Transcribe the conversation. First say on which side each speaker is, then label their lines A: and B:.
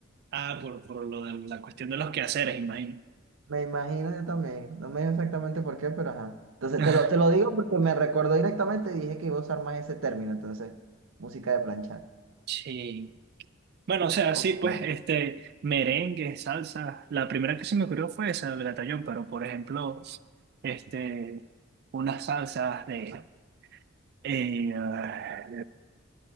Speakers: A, on the right; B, on the right.
A: Ah, por, por lo de la cuestión de los quehaceres, imagino.
B: me imagino yo también. No me dijo exactamente por qué, pero ajá. Entonces
A: <laughs>
B: te lo, te lo digo porque me recordó directamente y dije que iba a usar más ese término. Entonces, música de planchar.
A: Sí. Bueno, o sea,
B: Ok.
A: sí, pues, este, merengue, salsa. La primera que se me ocurrió fue esa del batallón, pero por ejemplo, este, unas salsas de eh, ah,